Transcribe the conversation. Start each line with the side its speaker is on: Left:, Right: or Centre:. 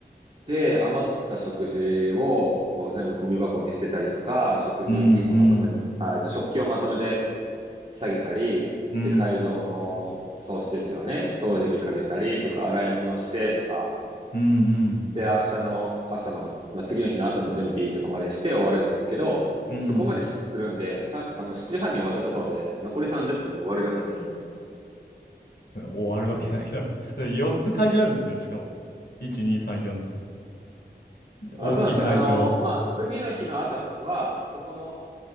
Right: で、余った食事をこう全部ゴミ箱に捨てたりとか、食事を一個一個まとめ、
Left: うんうん。
Right: あ、えっと、食器をまとめて下げたり、
Left: うん
Right: で、会場の掃除ですよね。掃除機かけたりとか、洗い物してとか、
Left: うん
Right: で、明日の朝の、まあ、次の日の朝の準備とかまでして終わるんですけど、
Left: うん
Right: そこまでするんで、さ、あの、7時半に終わったところで、残り30分で終われるはずないんですよ。
Left: うん終わるわけないだろ。<laughs> だって4つ会場あるんでしょしかも。1、2、3、4って。で大きい会場。
Right: あ、そうなんですよ。あの、まあ、次の日の朝は、そこの